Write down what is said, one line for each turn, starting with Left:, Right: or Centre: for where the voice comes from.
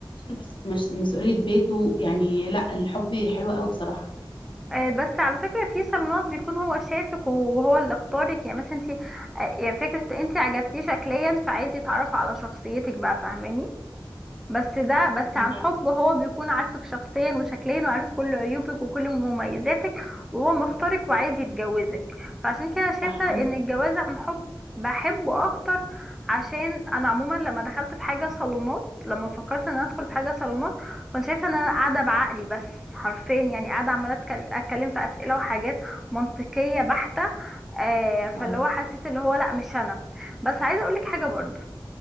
Left: مس- مس- مسؤوليه بيته يعني لا الحب حلو قوي بصراحه
Centre: آه، بس على فكرة في صالونات بيكون هو شافك وهو اللي اختارك يعني مثلا انت يعني فكرة انت عجبتيه شكليا فعايز يتعرف على شخصيتك بقى فاهماني بس ده بس
Left: فهمك
Centre: عن حب هو بيكون عارفك شخصيا وشكليا وعارف كل عيوبك وكل مميزاتك وهو مختارك وعايز يتجوزك فعشان كده شايفة
Left: صح عندك
Centre: ان
Left: حق
Centre: الجواز عن حب بحبه اكتر عشان انا عموما لما دخلت في حاجة صالونات لما فكرت ان انا ادخل في حاجة صالونات كنت شايفة ان انا قاعدة بعقلي بس حرفيا يعني قاعدة عمالة أتكل- اتكلم في اسئلة وحاجات منطقية بحتة آه، فاللي
Left: اه
Centre: هو حسيت اللي هو لا مش انا بس عايزة اقولك حاجة برضو